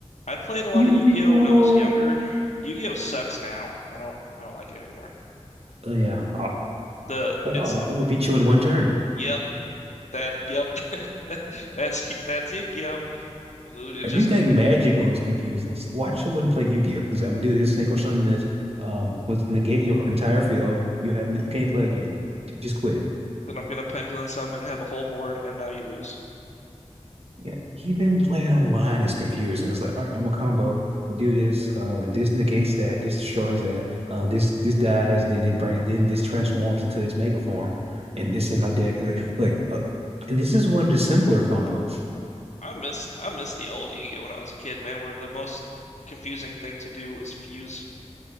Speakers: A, on the left; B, on the right.
A: I played a lot
B: Yu-Gi-Oh!
A: of Yu-Gi-Oh when I was younger. Yu-Gi-Oh sucks now. I don't I don't like it anymore.
B: Oh yeah. Oh,
A: The
B: like,
A: it's
B: oh, I'm gonna beat you in one turn.
A: yep, that yep. <laughs> That, that's that's Yu-Gi-Oh. It
B: If
A: just
B: you think Magic looks confusing, s- watch someone play Yu-Gi-Oh! Because I'm gonna do this, thing or something. This um, was negate your entire field. You have you can't play a game. J- Just quit.
A: Then I'm gonna pendulum summon and have a whole board, and now you lose.
B: Yeah, even playing online is confusing. It's like, all right, I'm a combo. Do this. Um, this negates that. This destroys that. Uh, this this dies. Then it break. Then this transforms into its mega form, and this in my deck. Like, like uh, and this is one of the simpler combos.
A: I missed I missed the old Yu-Gi-Oh when I was a kid, man, where the most confusing thing to do was fuse.